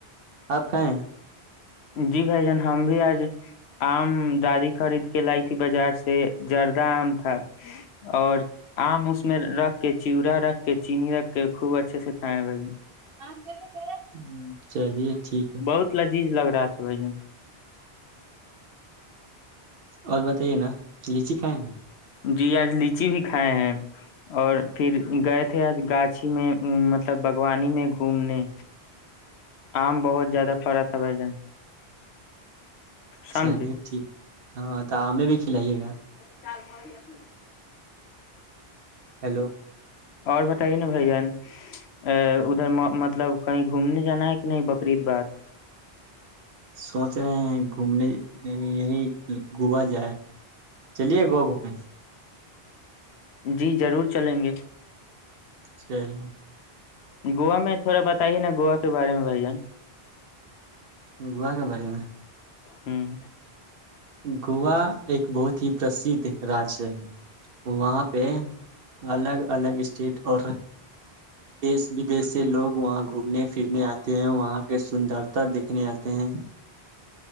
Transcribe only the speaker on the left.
جی بھائی جان ہم بھی آج آم دادی خرید کے لائی تھی بازار سے جردہ آم تھا اور آم اس میں رکھ کے چیورا رکھ کے چینی رکھ کے خوب اچھے سے کھائے بھائی جن
بہت لذیذ لگ تھا بھائی جن
جی آج لیچی بھی کھائے ہیں اور پھر گئے تھے آج گاچھی میں مطلب باگوانی میں گھومنے آم بہت زیادہ پڑا تھا بھائی جان سمجھے
چ ہو ج <unintelligible>
اور بتائیے نا بھان ا ادھر مطلب کہیں گھومنے جانا ہے کہ نہیں بقرریید باد
جی ضرور چلیں گے
گوا میں تھوڑا بت ہی نا گوا کے بارے میں بھائی جان
ہوں